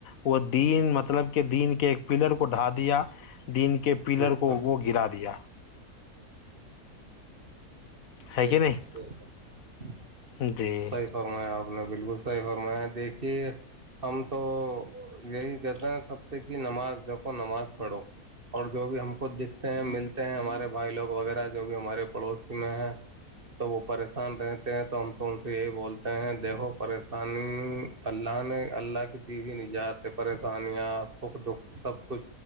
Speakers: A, on the left (about 65°); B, on the right (about 35°).
A: وہ دین مطلب کہ دین کے ایک پلر کو ڈھا دیا دن کے پلر
B: بے شک
A: کو وہ گرا دیا ہے
B: جی
A: کہ نہیں
B: سب جیسب
A: جی
B: صحیح فرمایا آپ نے بالکل صی فرما دیکھیے ہم تو یہی کہتے ہیں سب سے کہ نماز دیکھو نماز پڑھو اور جو بھی ہم کو دکھتے ہیں ملتے ہیں ہمارے بھائی لوگ وغیرہ جو بھی ہمارے پڑوسی میں ہیں تو وہ پریشان رہتے ہیں تو ہم تو ان سے یہی بولتے ہیں دیکھو پریشانی اللہ نے اللہ کی دییی ن جات ہے پریشانیاں سکھ دکھ سب کچھ